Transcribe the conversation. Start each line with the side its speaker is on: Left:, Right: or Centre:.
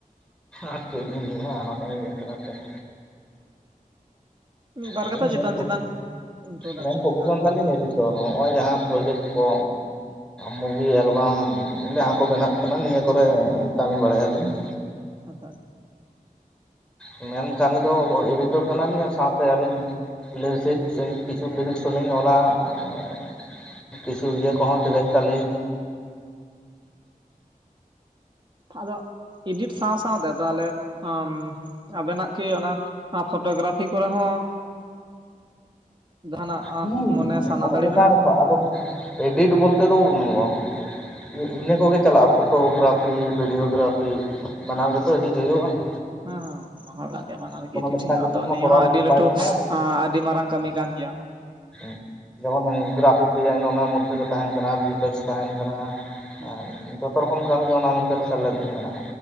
Centre: ᱟᱨ ᱪᱮᱫᱞᱤᱧ ᱞᱮᱭᱟ ᱚᱱᱟ ᱴᱟᱭᱳᱢ ᱨᱮ ᱪᱟᱞᱟᱳ ᱛᱮ ᱾
Right: ᱢᱤᱫ ᱵᱟᱨ
Centre: ᱟᱞᱤᱧ
Right: ᱠᱟᱛᱷᱟ ᱪᱮᱛᱟᱱ
Centre: ᱢᱮᱱ
Right: ᱪᱮᱛᱟᱱ ᱤᱱᱴᱨᱳᱰᱟᱠᱥᱮᱱ
Centre: ᱢᱮᱱ ᱯᱨᱚᱯᱷᱮᱥᱚᱱ
Right: ᱞᱮᱠᱟ ᱮᱢᱟᱣᱟᱜ
Centre: ᱛᱟᱞᱤᱧ
Right: ᱵᱮᱱ
Centre: ᱮᱹᱰᱤᱴᱚᱨ ᱛᱚ ᱦᱚᱜᱼᱚᱭ ᱡᱟᱦᱟᱸ ᱯᱨᱚᱡᱮᱠᱴ ᱠᱚ ᱢᱩᱵᱷᱤ ᱮᱞᱵᱟᱢ ᱡᱟᱦᱟᱸ ᱠᱚ ᱵᱮᱱᱟᱜ ᱠᱟᱱᱟ ᱱᱤᱭᱟᱹ ᱠᱚᱨᱮ ᱠᱟᱹᱢᱤ ᱵᱟᱲᱟᱭᱟᱞᱤᱧ ᱾
Right: ᱟᱪᱪᱷᱟ
Centre: ᱢᱮᱱ ᱠᱟᱹᱢᱤ ᱫᱚ ᱮᱰᱤᱴᱚᱨ ᱠᱟᱱᱟᱞᱤᱧᱟ ᱥᱟᱶᱛᱮ ᱟᱹᱞᱤᱧ ᱞᱤᱭᱩᱥᱤᱠ ᱠᱤᱪᱷᱩ ᱞᱤᱭᱩᱥᱤᱠ ᱦᱚᱞᱤᱧ ᱚᱞᱟ ᱾ ᱠᱤᱪᱷᱩ ᱤᱭᱟᱹ ᱠᱚᱦᱚᱸ ᱰᱨᱮᱠᱴᱞᱤᱧ
Right: ᱟᱫᱚ ᱮᱰᱤᱴ ᱥᱟᱶ ᱥᱟᱶᱛᱮ ᱛᱟᱦᱚᱞᱮ ᱩᱢ ᱟᱵᱮᱱᱟᱜ ᱠᱤ ᱚᱱᱟ ᱯᱷᱚᱴᱳᱜᱨᱟᱯᱷᱤ ᱠᱚᱨᱮ ᱦᱚᱸ ᱡᱟᱦᱟᱱᱟᱜ
Centre: ᱦᱩᱸ
Right: ᱢᱚᱱᱮ ᱥᱟᱱᱟ
Centre: ᱚᱱᱟᱮ
Right: ᱫᱟᱲᱮ
Centre: ᱪᱮᱛᱟᱱ
Right: ᱢᱮᱱᱟᱜᱼᱟ
Centre: ᱨᱮᱫᱚ ᱟᱫᱚᱢ ᱮᱰᱤᱴ ᱵᱚᱞᱛᱮ ᱫᱚ ᱾ ᱤᱱᱟᱹ ᱠᱚᱜᱮ ᱪᱟᱞᱟᱜᱼᱟ ᱯᱷᱚᱴᱳ ᱜᱨᱟᱯᱷᱤ ᱵᱷᱤᱰᱭᱳ ᱜᱨᱟᱯᱷᱤ ᱵᱟᱱᱟᱨ ᱜᱮᱛᱚ ᱮᱰᱤᱴ ᱦᱩᱭᱩᱜᱼᱟ ᱾
Right: ᱦᱩᱸ ᱦᱩᱸ ᱚᱱᱟᱦᱚᱸ ᱢᱟᱦᱚᱲᱟᱜ ᱜᱮ ᱵᱟᱱᱟᱨ ᱜᱮ ᱤᱰᱤᱴ
Centre: ᱢᱤᱫᱴᱟᱝ
Right: ᱦᱤᱭᱟ
Centre: ᱡᱤᱱᱤᱥ
Right: ᱟᱫᱚ
Centre: ᱢᱟ
Right: ᱱᱤᱭᱟᱹ
Centre: ᱠᱚᱨᱟᱣ
Right: ᱦᱚᱸ
Centre: ᱞᱮᱠᱷᱟᱱ
Right: ᱟᱹᱰᱤ ᱞᱟᱹᱴᱩ
Centre: ᱵᱟᱭ ᱜᱟᱱᱚᱜᱼᱟ
Right: ᱟᱹᱰᱤ ᱢᱟᱨᱟᱝ ᱠᱟᱹᱢᱤ ᱠᱟᱱ ᱾ ᱭᱮᱭᱟ
Centre: ᱦᱩᱸ ᱡᱮᱢᱚᱭ ᱜᱨᱟᱯᱷᱤᱠ ᱰᱤᱡᱟᱭᱤᱱ ᱚᱱᱟ ᱢᱚᱫᱽᱫᱷᱮ ᱨᱮ ᱛᱟᱦᱮᱱ ᱠᱟᱱᱟ ᱵᱷᱤᱯᱮᱠᱥ ᱛᱟᱦᱮᱱ ᱠᱟᱱᱟ ᱾
Right: ᱦᱩᱸ
Centre: ᱟᱨ ᱡᱷᱚᱛᱚ ᱨᱚᱠᱚᱢ ᱠᱟᱹᱢᱤᱜᱮ ᱚᱱᱟ ᱢᱚᱫᱽᱫᱷᱮ ᱨᱮ ᱥᱮᱞᱮᱫ ᱢᱮᱱᱟᱜᱼᱟ